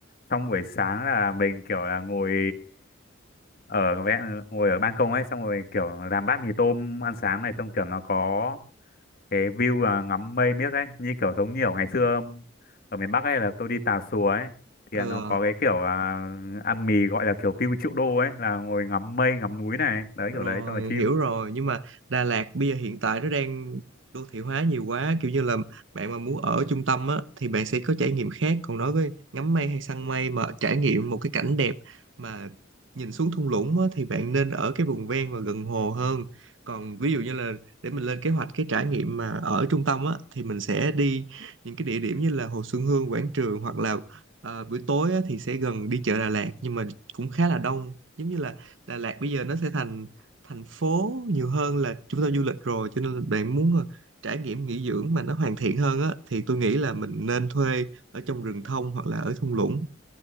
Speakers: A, on the left; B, on the right.
A: xong buổi sáng là mình kiểu là ngồi ở vẽ- ngồi ở ban công ấy xong rồi kiểu làm bát mì tôm ăn sáng này xong kiểu nó có cái view là ngắm mây miếc ấy như kiểu giống như ở ngày xưa ở miền Bắc ấy là tôi đi Tà Xùa ấy thì
B: Ừ,
A: nó
B: ờ.
A: có cái kiểu là ăn mì gọi là kiểu view triệu đô ấy là ngồi ngắm mây ngắm núi này đấy
B: Rồi
A: kiểu đấy cho là chill
B: hiểu rồi nhưng mà Đà Lạt bây giờ hiện tại nó đang đô thị hóa nhiều quá kiểu như là bạn mà muốn ở trung tâm á thì bạn sẽ có trải nghiệm khác còn đối với ngắm mây hay săn mây mà trải nghiệm một cái cảnh đẹp mà nhìn xuống thung lũng á thì bạn nên ở cái vùng ven và gần hồ hơn còn ví dụ như là để mình lên kế hoạch cái trải nghiệm mà ở trung tâm á thì mình sẽ đi những cái địa điểm như là Hồ Xuân Hương Quảng Trường hoặc là ờ, buổi tối á, thì sẽ gần đi chợ Đà Lạt nhưng mà cũng khá là đông giống như là Đà Lạt bây giờ nó sẽ thành thành phố nhiều hơn là trung tâm du lịch rồi cho nên là bạn muốn ờ, trải nghiệm nghỉ dưỡng mà nó hoàn thiện hơn á thì tôi nghĩ là mình nên thuê ở trong rừng thông hoặc là ở thung lũng